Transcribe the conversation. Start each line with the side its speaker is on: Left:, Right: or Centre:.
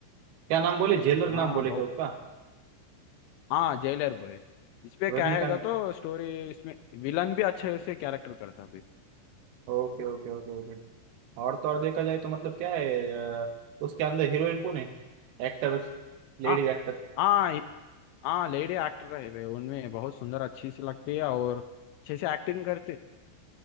Right: क्या नाम बोले जेलर
Left: हाँ
Right: नाम बोले
Left: बहुत
Right: क्या उसका
Left: हाँ जेलर भाई इस पे
Right: Rajinikanth
Left: क्या हैगा तो स्टोरी इसमें विलन भी अच्छे से कैरेक्टर करता भाई
Right: Okay okay okay okay और तो और देखा जाए तो मतलब क्या है अ, उसके अंदर हीरोइन कौन है Actor ladies
Left: हाँ
Right: actor?
Left: हाँ हाँ लेडी एक्टर है वे, उनमें बहुत सुंदर अच्छी सी लगती है और अच्छे से एक्टिंग करती